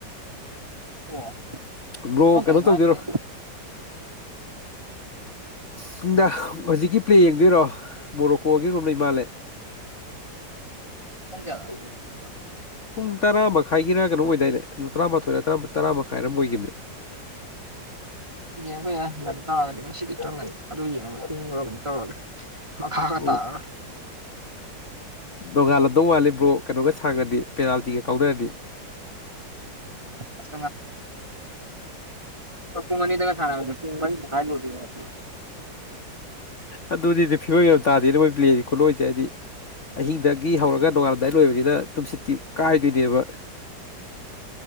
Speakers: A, on the right; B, on the left.
A: ꯑꯣ
B: ꯕ꯭ꯔꯣ
A: ꯈꯪꯗꯦ
B: ꯀꯩꯅꯣ
A: ꯉꯁꯥꯏ
B: ꯇꯧꯗꯦꯔꯣ ꯅꯨꯡꯗ ꯍꯧꯖꯤꯛꯀꯤ ꯄ꯭ꯂꯦ ꯌꯦꯡꯗꯣꯏꯔꯣ ꯃꯣꯔꯣꯀꯣꯒꯤꯒꯨꯝꯕ ꯂꯩ ꯃꯥꯜꯂꯦ
A: ꯄꯨꯡ ꯀꯌꯥꯗ ꯍꯧꯖꯤꯛ ꯀꯤꯗꯣ
B: ꯄꯨꯡ ꯇꯔꯥ ꯃꯈꯥꯏꯒꯤꯅ ꯀꯩꯅꯣ ꯑꯣꯏꯗꯥꯏꯅꯦ ꯅ ꯇꯔꯥꯃꯥꯊꯣꯏ ꯇꯔꯥ ꯃꯈꯥꯏꯔ ꯑꯃꯝ ꯑꯣꯏꯈꯤꯕꯅꯦ
A: ꯌꯦꯡꯕ ꯌꯥꯏ ꯇꯥꯒꯗꯤ ꯉ ꯁꯤꯗꯤ ꯈꯪꯒꯅꯤ ꯑꯗꯨ ꯌꯦꯡꯉꯒ ꯇꯨꯡꯉꯨꯔꯒꯅꯤ ꯇꯧꯔꯒꯦ ꯃꯈꯥꯒ
B: ꯑꯣ
A: ꯇꯥꯔꯔꯣꯢ
B: ꯅꯣꯡꯉꯥꯜꯂꯝꯗꯧ ꯋꯥꯜꯂꯤꯕ꯭ꯔꯣ ꯀꯩꯅꯣꯒ ꯁꯥꯡꯉ꯭ꯔꯗꯤ ꯄꯦꯅꯥꯜꯇꯤꯒ ꯀꯥꯎꯅꯔꯗꯤ
A: <unintelligible> ꯄꯨꯡ ꯑꯅꯤꯗꯒ ꯁꯥꯟꯅꯕꯗꯣ ꯄꯨꯡ ꯃꯔꯤꯃꯈꯥꯢꯗ ꯂꯣꯢꯗꯣꯢꯅꯦꯕ
B: ꯑꯗꯨꯅꯤꯅꯦ ꯐꯤꯕꯝ ꯌꯥꯝ ꯇꯥꯗꯦꯅꯦ ꯃꯣꯏ ꯄ꯭ꯂꯦꯁꯤ ꯈꯨꯂꯣꯏꯁꯦ ꯍꯥꯏꯗꯤ ꯑꯍꯤꯡꯗꯒꯤ ꯍꯧꯔꯒ ꯅꯣꯡꯉꯥꯜꯂꯝꯗꯥꯏ ꯂꯣꯏꯕꯅꯤꯅ ꯇꯨꯝꯁꯤꯠꯇꯤ ꯀꯥꯏꯗꯣꯏꯅꯦꯕ